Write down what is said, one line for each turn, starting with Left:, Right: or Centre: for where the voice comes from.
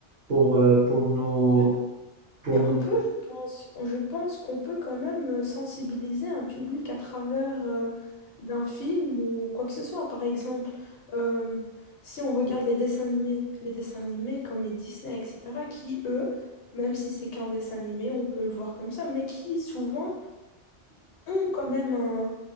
Right: pour, euh, pour nos,
Left: Mais,
Right: pour
Left: mais on
Right: nos...
Left: peut, je pense, je pense qu'on peut quand même euh, sensibiliser un public à travers euh, d'un film ou quoi que ce soit. Par exemple, euh, si on regarde les dessins animés, les dessins animés comme les Disney, etc., qui, eux, même si c'est qu'un dessin animé, on peut le voir comme ça, mais qui souvent ont quand même un,